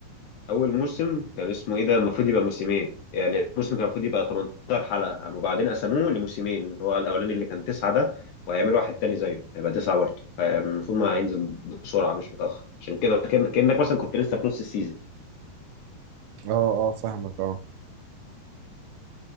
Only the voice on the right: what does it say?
اه اه فاهمك اه